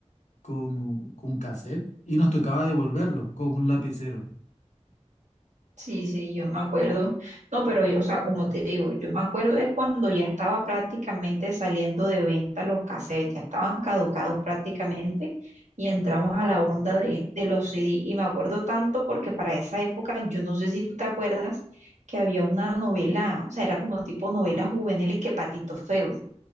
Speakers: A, on the left; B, on the right.
A: con, con cassette y nos tocaba devolverlo con un lapicero.
B: Sí, sí, yo me acuerdo. No, pero yo, o sea, como te digo, yo me acuerdo es cuando ya estaba prácticamente saliendo de venta los cassettes, ya estaban caducados prácticamente y entramos a la onda de, de los CD. Y me acuerdo tanto porque para esa época, yo no sé si tú te acuerdas, que había una novela, o sea, era como tipo novela juvenil y que Patito Feo.